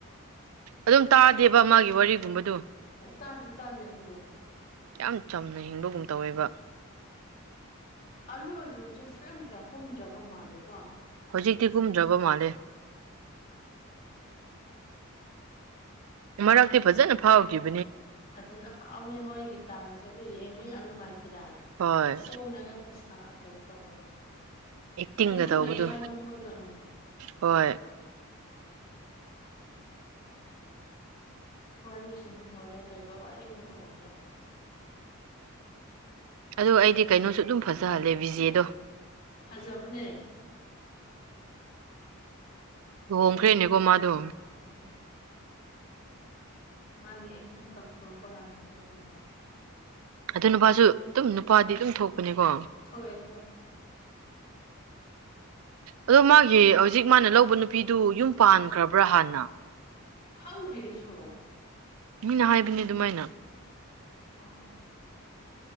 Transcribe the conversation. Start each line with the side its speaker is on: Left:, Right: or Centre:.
Right: ꯑꯗꯨꯝ ꯇꯥꯗꯦꯕ ꯃꯥꯒꯤ ꯋꯥꯔꯤꯒꯨꯝꯕꯗ
Left: ꯇꯥꯖꯦ ꯇꯥꯖꯦ ꯑꯗꯨꯦꯦ
Right: ꯌꯥꯝ ꯆꯝꯅ ꯍꯤꯡꯕꯒꯨꯝ ꯇꯧꯋꯦꯕ
Left: ꯑꯜꯨ ꯑꯔꯖꯁ ꯏꯁꯂꯝ ꯀꯌꯥ ꯀꯣꯨꯝꯖꯕ ꯃꯥꯂꯕꯣ
Right: ꯍꯧꯖꯤꯛꯇꯤ ꯀꯨꯝꯗ꯭ꯔꯕ ꯃꯥꯜꯂꯦ ꯃꯔꯔꯒꯗꯤ ꯐꯖꯦꯅ ꯐꯥꯎꯈꯤꯕ
Left: ꯐꯖꯅ ꯐꯥꯎꯔꯦ ꯃꯣꯏꯒꯤ ꯗꯥꯟꯁꯁ ꯑꯗꯨ ꯌꯦꯡꯕ ꯌꯥꯝ ꯅꯨꯡꯉꯥꯏꯇ꯭ꯔ
Right: ꯍꯣꯏ
Left: ꯈꯣꯡꯡꯂꯒ ꯇꯁ ꯀꯩꯅꯣ ꯇꯧꯕꯗ
Right: ꯑꯦꯛꯇꯤꯡꯒ
Left: ꯍꯩꯁꯨ
Right: ꯇꯧꯕꯗꯣ
Left: ꯍꯩꯌꯦ ꯍꯥꯏꯕ ꯃꯣꯏꯗ ꯎꯪ
Right: ꯍꯣꯏ
Left: ꯋꯥꯔꯤꯁꯤꯁꯨ ꯃꯣꯔꯦ ꯂꯩꯕ ꯋꯥꯔꯤ ꯈꯇꯣꯛꯑꯒ
Right: ꯑꯗꯣ ꯑꯩꯗꯤ ꯀꯩꯅꯣꯁꯨ ꯑꯗꯨꯝ ꯐꯖꯍꯜꯂꯦ ꯕꯤꯖꯦꯗꯣ
Left: ꯐꯖꯕꯅꯦ
Right: ꯂꯨꯍꯣꯡꯈ꯭ꯔꯦꯅꯦꯀꯣ ꯃꯥꯗꯣ
Left: ꯑꯝ ꯃꯥꯦ ꯑꯦ ꯇꯤꯡ ꯇꯞ ꯐꯜꯄꯣꯒꯠꯂꯕꯅꯦꯕ
Right: ꯑꯗꯨ ꯅꯨꯄꯥꯁꯨ ꯑꯗꯨꯝ ꯅꯨꯄꯥꯗꯤ ꯑꯗꯨꯝ ꯊꯣꯛꯄꯅꯤꯀꯣ
Left: ꯊꯣꯛꯑꯦ ꯊꯣꯛꯑꯦ
Right: ꯑꯗꯣ ꯃꯥꯒꯤ ꯍꯧꯖꯤꯛ ꯃꯥꯅ ꯂꯧꯕ ꯅꯨꯄꯤꯗꯨ ꯌꯨꯝ ꯄꯥꯟꯈ꯭ꯔꯕ꯭ꯔꯥ ꯍꯥꯟꯅ
Left: ꯈꯪꯗꯦꯁꯨꯣ
Right: ꯃꯤꯅ ꯍꯥꯏꯕꯅꯤ ꯑꯗꯨꯃꯥꯏꯅ
Left: ꯑꯥ